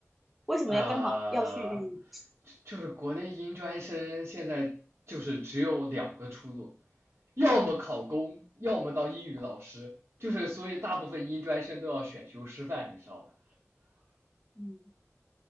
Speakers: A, in the centre; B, on the right.
A: 为什么要刚好要去
B: 呃，就就是国内音专生现在就是只有两个出路，要么考公，要么当英语老师，就是所以大部分音专生都要选修师范，你知道吧？
A: 嗯